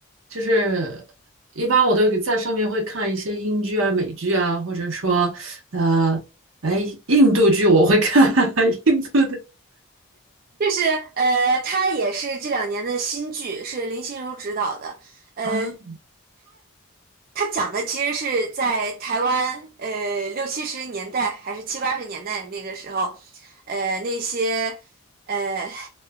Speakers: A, on the right; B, on the right.
A: 就是一般我都在上面会看一些英剧啊、美剧啊，或者说呃，哎，印度剧我会看 <laughs> 印度的
B: 就是呃，它也是这两年的新剧，是林心如指导的。呃，
A: 啊
B: 他讲的其实是在台湾，呃，六七十年代还是七八十年代那个时候，呃，那些呃